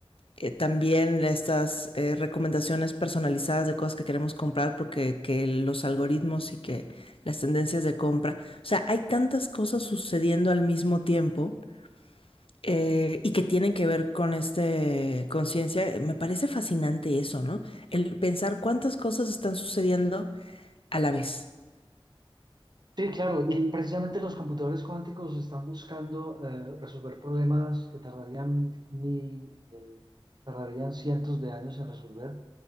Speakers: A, on the left (about 65°); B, on the right (about 45°).
A: eh, también estas eh, recomendaciones personalizadas de cosas que queremos comprar porque que los algoritmos y que las tendencias de compra. O sea, hay tantas cosas sucediendo al mismo tiempo eh, y que tienen que ver con este conciencia. Me parece fascinante eso, ¿no? El pensar cuántas cosas están sucediendo a la vez.
B: Sí, claro, y precisamente los computadores cuánticos están buscando eh, resolver problemas que tardarían, mi- eh, tardarían cientos de años en resolver